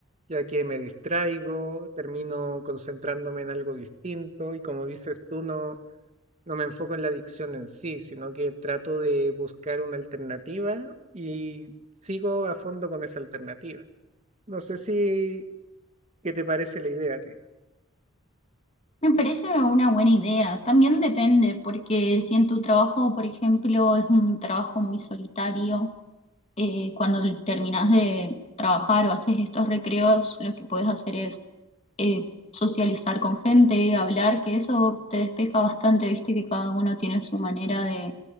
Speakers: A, on the right; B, on the left.
A: ya que me distraigo, termino concentrándome en algo distinto y como dices tú, no, no me enfoco en la adicción en sí, sino que trato de buscar una alternativa y sigo a fondo con esa alternativa. No sé si, ¿qué te parece la idea a ti?
B: parece una buena idea. También depende, porque si en tu trabajo, por ejemplo, es un trabajo muy solitario, eh, cuando terminas de trabajar o haces estos recreos, lo que puedes hacer es eh, socializar con gente, hablar, que eso te despeja bastante, viste que cada uno tiene su manera de